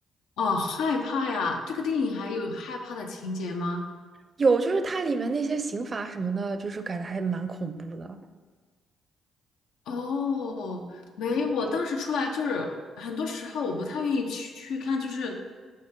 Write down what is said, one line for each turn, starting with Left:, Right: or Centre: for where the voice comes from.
Left: 哦，害怕呀，这个电影还有害怕的情节吗？
Right: 有，就是它里面那些刑罚什么的，就是感觉还蛮恐怖的。
Left: 哦，没有我当时出来就是很多时候我不太愿意去去看，就是